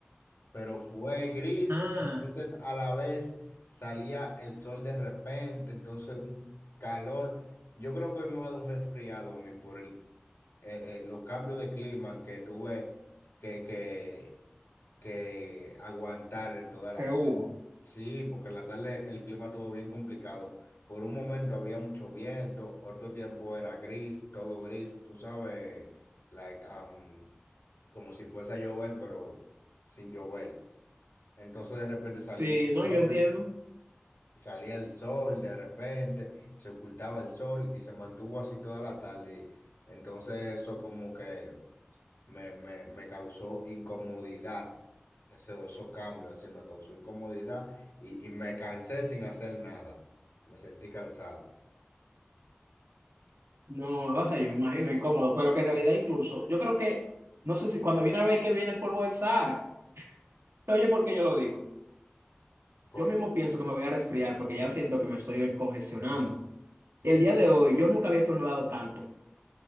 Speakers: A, on the left (about 80°); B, on the right (about 85°).
A: pero fue gris,
B: Ah,
A: entonces a la vez salía el sol de repente, entonces un calor. Yo creo que hoy me va a dar un resfriado a mí por el, eh, eh, los cambios de clima que tuve que, que que aguantar en toda la
B: ¿Qué hubo?
A: tarde. Sí, porque en la tarde el clima estuvo bien complicado. Por un momento había mucho viento, otro tiempo era gris, todo gris, tú sabes, like, um, como si fuese a llover, pero sin llover. Entonces de repente salía
B: Sí,
A: el
B: no,
A: sol,
B: yo entiendo.
A: salía el sol, de repente se ocultaba el sol y se mantuvo así toda la tarde. Entonces eso como que me, me, me causó incomodidad. Ese, esos cambios así me causó incomodidad y, y me cansé sin hacer nada. Me sentí cansado.
B: No, o sea, yo me imagino incómodo, pero que en realidad incluso, yo creo que, no sé si cuando viene a ver que viene el polvo del Sahara, oye, ¿por qué yo lo digo?
A: Por-
B: Yo mismo pienso que me voy a resfriar porque ya siento que me estoy congestionando. El día de hoy yo nunca había estornudado tanto.